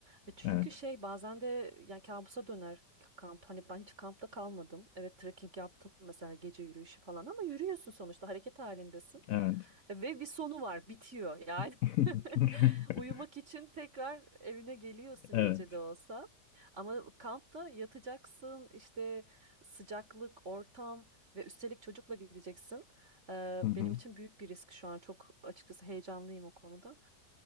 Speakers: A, on the right; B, on the left.
A: E çünkü
B: Evet.
A: şey bazen de yani kabusa döner k- kamp. Hani ben hiç kampta kalmadım. Evet trekking yaptım mesela gece yürüyüşü falan ama yürüyorsun sonuçta hareket halindesin.
B: Evet.
A: E, ve bir sonu var, bitiyor yani.
B: <laughs>
A: <laughs> Uyumak için tekrar evine geliyorsun
B: Evet.
A: gece de olsa. Ama kampta yatacaksın işte sıcaklık, ortam ve üstelik çocukla gideceksin. E,
B: Hı hı.
A: benim için büyük bir risk şu an çok açıkçası heyecanlıyım o konuda.